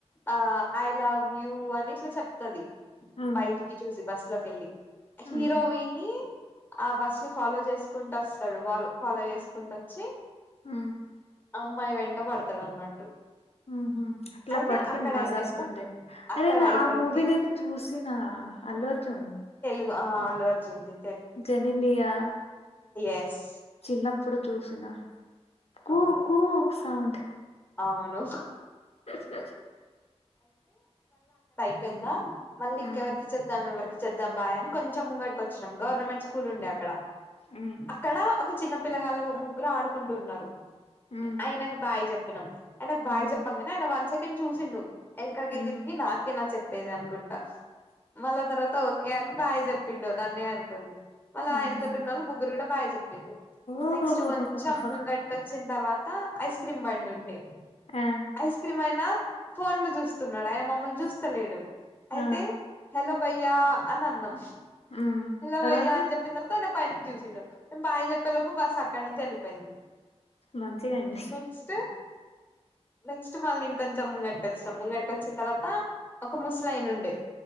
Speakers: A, on the left; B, on the left.
A: ఆ ఐ లవ్ యూ అని ఇట్లా చెప్తది
B: ఉమ్
A: బయటికి చూసి బస్ లలోకి వెళ్ళింది హీరోయిని
B: ఉమ్
A: ఆ బస్ ని ఫాలో చేసుకుంటూ వస్తాడు బా ఫాలో చేసుకుంట వచ్చి
B: ఆ
A: అమ్మాయి వెంట పడతాడు అన్నట్టు
B: ఉహ అట్లా
A: అయితే
B: పడితే
A: అక్కడ
B: మజ్
A: అయిపోయిందా
B: వస్తుండే
A: అక్కడ
B: అరే నా
A: అయిపోయింది
B: ఆ మూవీ నేను చూసిన అల్లు అర్జున్
A: అ అల్లు అర్జున్ ది
B: జనిలియా
A: ఎస్
B: చిన్నప్ప అప్పుడు చూసిన కూ
A: ఓకే
B: కూ సౌం
A: అవును
B: చ్చ
A: యిందా మళ్ళీ ఇంకెవరికి
B: ఉమ్
A: చేద్దాం ఎవరికి చేద్దాం బాయ అని కొంచెం ముంగడికి వచ్చినాం గవర్నమెంట్ స్కూల్ ఉండే అక్కడ
B: ఉమ్
A: అక్కడ ఒక చిన్న పిల్లగాలు ముగ్గురు ఆడుకుంటు ఉన్నారు
B: ఉమ్
A: ఆయనకి బాయ్ చెప్పినాం ఆయనకు బావి
B: ఉమ్
A: చెప్పాం కద ఆయన వన్ సెకండ్ చూసి నువ్వు ఎంకాగదిరికి
B: ఉమ్
A: నాకే నా చెప్ప చెప్పేది అనుకుంటా మళ్ళా తర్వాత ఓకే అని బాయ్ చెప్పిండడు నన్నే అనుకొని మళ్ళ ఆయనతోటి
B: ఉహు
A: ఉన్న వాళ్ళు ముగ్గురు కూడా బాగా చెప్పిారు
B: ఓహోహోహోహోహో
A: నెక్స్ట్ కొంచెం ముంగటికి వచ్చిన తర్వాత ఐస్ క్రీమ్ బండి ఉండే
B: ఆ
A: ఐస్ క్రీమ్ అయినా ఫోన్ లో చూసి స్తున్నాడు ఆయన మమ్మల్ని చూస్తలేడు అయితే
B: ఆ
A: హలో భయ్యా అని అన్నాం
B: ఉమ్
A: హలో
B: తర్వాత
A: భయ్యా అని చెప్పిన తర్వాత పైననికి చూసిళ్ళదు మేము బాయ్ చెప్పే లోపు బస్సు అక్కడి నుంచి వెళ్లిపోయింది
B: మంచిగా అండి
A: నెక్స్ట్ నెక్స్ట్ మళ్ళీ ఇంకొంచెం ముంగడికి వచ్చినాం ముంగటికి వచ్చిన తర్వాత ఒక ముసలాయన ఉండిడే